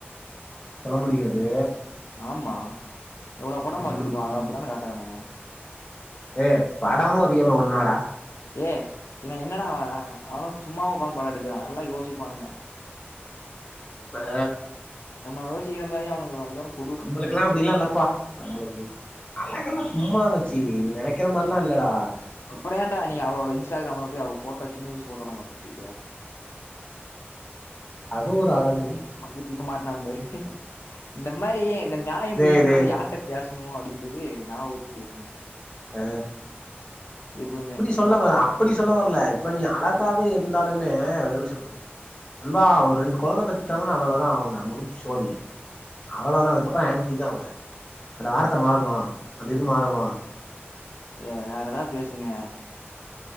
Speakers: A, on the left; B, on the left.
A: சொல்ல முடியாது
B: ஆமா எவ்ளோ படோ
A: ம்
B: பாத்துருக்கோ அதுல அப்படித்தானே காட்றானுங்க
A: டே படமு ரியலு ஒன்னாடா
B: ஏ பின்ன என்னடா அவன் அவனு சும்மாவா உக்காந்து படம் எடுக்கறா எல்லா யோசிப்பானுங்க
A: ஃப்பே
B: நம்ம யோசிக்கிற மாறி அவனுங்க இவ்ள தூரோ
A: நம்மளுக்குகெல்லா அப்படில்லா இல்லப்பா நம்மளுக்கு அழகெல்லா சும்மா மச்சி நீ நினைக்கிற மாறில்லா இல்லடா
B: அப்பறோ ஏன்டா நீ அவளோட இன்ஸ்டாகிராம்ல போயி அவ போட்டோ சின்ன வயசு போட்டோ எல்லா பாத்துட்டு இருக்க
A: அது ஒரு அழகு
B: இப்ப இப்ப மாட்னா பாரு இந்த மாறி இந்த ஞாயம்
A: டேய்
B: பேசும்
A: டேய்
B: போது யார்ட்ட பேசணு அப்படின்றது ஞாபகம் வச்சு பேசணு
A: அ
B: எப்பவுமே
A: சொல்ல வ அப்டி சொல்ல வரல இப்ப நீ அழகாவே இருந்தாலுமே அது எப்டி சொல்றது நண்பா ஒரு ரெண்டு கொழந்தை பெத்துட்டாங்கன்னா அவ்ளோதா அவங்க முடிஞ்சு சோழி அவ்வளதா அதுக்கப்புற ஆன்டி தா அவங்க அந்த வார்த்தை மாறுமா அந்த இது மாறுமா
B: ஏ வேற ஏதாவ பேசுங்க